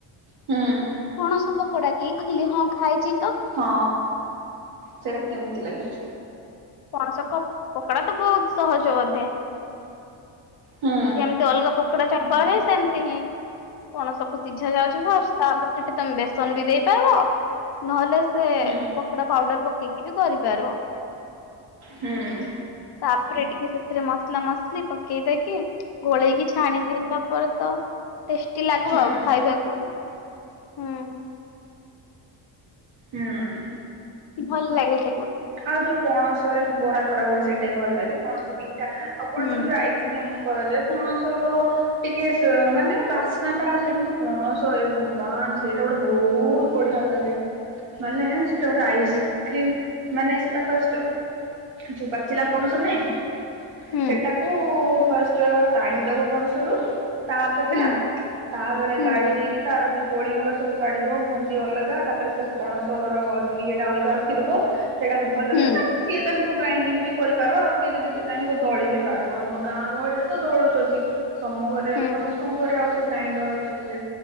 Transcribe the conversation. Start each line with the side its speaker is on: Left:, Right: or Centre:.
Right: ହୁଁ ।
Left: ପଣସ ପକୋଡା କି, କହିଲି ହଁ ଖାଇଛି ତ
Right: ହଁ, ସେଟା କେମିତି ଲାଗେ?
Left: ପଣସ କ ପକଡା ତ ବହୁତ ସହଜ ବୋଧେ
Right: ହୁଁ
Left: ଯେମିତି ଅଲଗା ପକୋଡା ଚମ <unintelligible> ସେମତି ହିଁ ପଣସକୁୁ ସିଝା ଯାଉଛି ବ ତାପରେ ଟିକେ ତମେ ବେସନ ବି ଦେଇ ପାରିବ, ନହେଲେ ସେ
Right: ହୁଁ
Left: ପକୋଡା ପାଉଡର ପକେଇକି ବି କରିପାରିବ ।
Right: ହୁଁ
Left: ତାପରେ ଟିକେ ସେ ସେଥିରେ ମସଲା ମସଲି ପକେଇ ଦେଇକି ଗୋଳେଇକି ଛାଣିଦେଲା ପରେ ତ ଟେଷ୍ଟି ଲାଗବ
Right: ହୁଁ
Left: ଆଉ, ଖାଇବାକୁ, ହୁଁ
Right: ହୁଁ ।
Left: ଭଲ୍ ଲାଗେ ।
Right: ଆଉ ଯୋଉ ପଣସରେ ଯୋଉ ବରା କରା ହୁଏ, ସେଇଟା ବି ଭଲ ଲାଗେ ପଣସ ପିଠା ଆଉ ପଣସ
Left: ହୁଁ
Right: ଯୋଉ ଆଇସ୍କ୍ରିମ କରାଯାଏ, ପଣସର ଟିକେ ମାନେ ବାସ୍ନା ଟା ଆସେ କିନ୍ତୁ ପଣସ ଏ ଭଗବାନ ସେଇଟା ଗୋଟେ ବହୁତ ବଢିଆ ଲାଗେ ମାନେ ସେଟା ଗୋଟେ ଆଇସ୍କ୍ରିମ ମାନେ ସେଟା ଫାଷ୍ଟ ଯୋ, ପାଚିଲା ପଣସ ନାଇଁ
Left: ହୁଁ
Right: ସେଟାକୁ ଫାଷ୍ଟ କାଢିଦବ ପଣସ ରୁ, ତାପରେ ହେଲା
Left: ହୁଁ
Right: ତାପରେ
Left: ହୁଁ
Right: କାଢି ଦେଇକି, ତାର ଯୋଉ କୋଳି ଗୁଡା ସବୁ କାଢିଦବ ମଞ୍ଜି ଅଲଗା ତାପରେ ସେ ପଣସ ଯ ଏଟା ଅଲଗା ରଖିଦବ ସେଇଟାକୁ ଭଲରେ
Left: ହୁଁ
Right: ମାନେ ସିଏ ଚାହିଁବ ଗ୍ରାଇଣ୍ଡିଙ୍ଗ ବି କରିପାର ଆଉ କିଏ ଯଦି ଚାହିଁ ଦଳି ବି ପାରିବ, ଆମ ଗାଁର ରେ ତ ଦଳୁଛନ୍ତି ତ ଘରେ
Left: ହୁଁ
Right: ସମସ୍ତଙ୍କ ଘରେ ଆଉ ସେ ଗ୍ରାଇଣ୍ଡର ଅଛି ଟିକେ